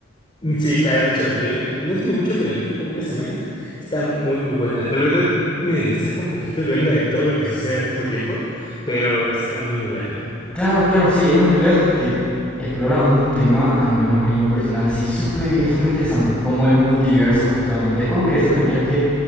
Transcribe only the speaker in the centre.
Claro, claro, sí, es una película que explora un tema, al menos en lo personal, así súper, súper interesante, como el multiverso justamente. Es como que esas películas que,